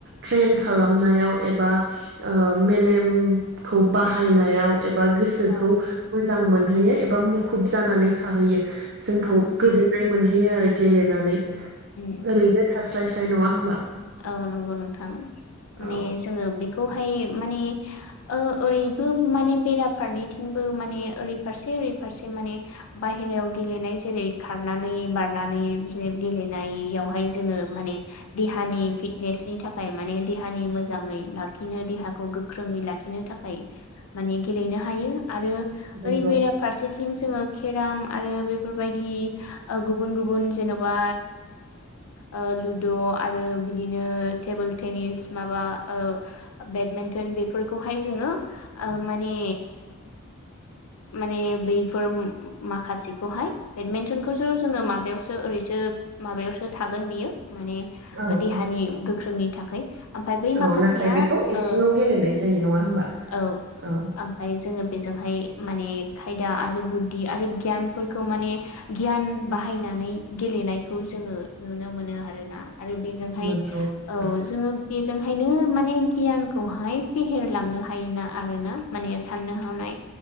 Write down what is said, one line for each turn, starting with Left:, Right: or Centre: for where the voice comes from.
Right: ट्रेन खालामनायाव एबा ओ मेलेमखौ बाहायनायाव एबा गोसोखौ
Left: औ
Right: मोजां मोनहैयो एबा मुखुब जानानै थाहैयो। जोंखौ
Left: औ
Right: गोजोननाय मोनहैयो आरो गेलेनानै
Left: उम
Right: ओरैनो थास्लायस्लाय नङा होमबा।
Left: औ नंगौ नोंथां माने
Right: औ
Left: जोङो बेखौहाय माने ओरैबो माने बेराफारनैथिंबो माने ओरै फारसे ओरै फारसे माने बाय हेरायाव गेलेनाय जेरै खारनानै बारनानै गेलेनायावहाय जोङो माने दे हानि फिटनेसनि थाखाय माने देहानि मोजाङै लाखिनो देहाखौ गोख्रोङै लाखिनो थाखाय माने गेलेनो हायो आरो
Right: नंगौ
Left: ओरै बेरा फारसे आथिं जोङो केराम आरो बेफोरबायदि ओ गुबुन गुबुन जेनेबा ओ लुद आरो बिदिनो टेबोल टेनिस माबा ओ बेडमिन्टन बेफोरखौहाय जोङो ओ माने माने बैफोर माखासेखौहाय बेडमिन्टनखौसो जोङो माबायावसो ओरैसो माबायावसो थागोन बियो माने
Right: औ
Left: देहानि
Right: औ
Left: गोख्रोंनि थाखाय। ओमफ्राय बै
Right: औ
Left: माखासेया
Right: नाथाय बेखौ
Left: औ
Right: इसिङाव गेलेनाय जायो नङा होमबा
Left: औ
Right: औ
Left: आमफ्राय जोङो बेजोंहाय माने खायदा आरो बुद्धि आरो गियानफोरखौ माने गियान बाहाय नानै गेलेनायखौ जोङो नुनो मोनो आरोना। आरो बेजोंहाय
Right: नंगौ नोंथां
Left: औ जोङो बेजोंहाय बेनो माने गियानखौहाय फेहेरलांनो हायोना आरो ना। माने साननो हानाय